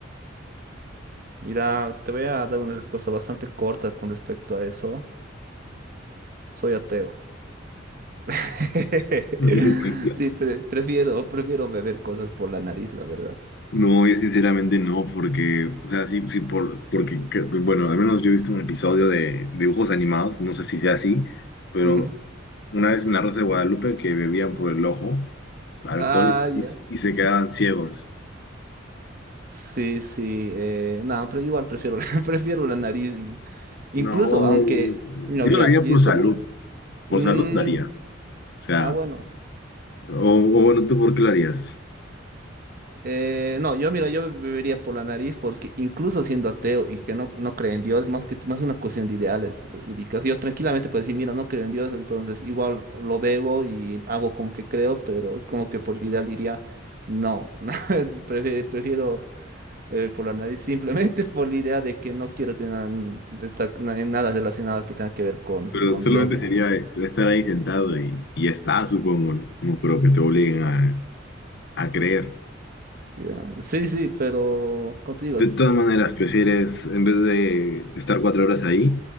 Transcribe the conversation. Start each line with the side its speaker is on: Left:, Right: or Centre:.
Right: Mira, te voy a dar una respuesta bastante corta con respecto a eso. Soy ateo. <laughs>
Left: <laughs>
Right: Sí, pre- prefiero, prefiero beber cosas por la nariz, la verdad.
Left: No, yo sinceramente no, porque, o sea, sí, sí, por, porque, que- bueno, al menos yo he visto un episodio de dibujos animados, no sé si sea así, pero
Right: Ujú.
Left: una vez en La Rosa de Guadalupe que bebían por el ojo alcohol
Right: Ah,
Left: y, y-
Right: ya.
Left: y se
Right: Sí.
Left: quedaban ciegos.
Right: Sí, sí, eh, no, pero igual prefiero, la- <laughs> prefiero la nariz. y- incluso,
Left: No,
Right: aunque, no,
Left: yo
Right: mira,
Left: lo haría
Right: yo
Left: por salud,
Right: como,
Left: por
Right: mm,
Left: salud lo haría, o sea.
Right: ah, bueno,
Left: O, o bueno, ¿tú por qué lo harías?
Right: eh, no, yo, mira, yo bebería por la nariz porque incluso siendo ateo y que no, no cree en Dios, más que más una cuestión de ideales, eh, ubicas. Yo tranquilamente puedo decir, mira, no creo en Dios, entonces igual lo bebo y hago como que creo, pero es como que por ideal diría, no, <laughs> no, prefiero, prefiero eh, por la nariz, simplemente <laughs> por la idea de que no quiero tener estar na- en nada relacionado que tenga que ver con,
Left: Pero
Right: con
Left: solamente
Right: Dios, digamos.
Left: sería eh, estar ahí sentado y, y ya está, supongo, ¿no? No creo que te obliguen a, a creer.
Right: Ya, Sí, sí, pero contigo,
Left: De
Right: es-
Left: todas maneras, prefieres, en vez de estar cuatro horas ahí,